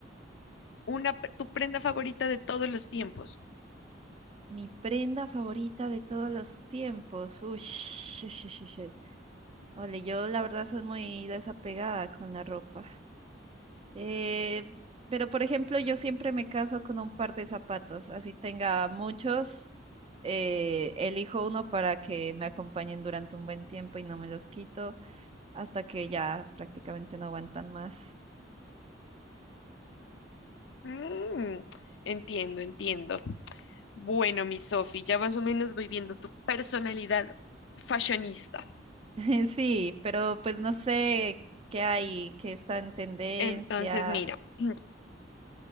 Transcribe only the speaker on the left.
Una, pre- tu prenda favorita de todos los tiempos.
Mm, entiendo, entiendo. Bueno, mi Sofi, ya más o menos voy viendo tu personalidad fashionista.
Entonces, mira, <clears throat>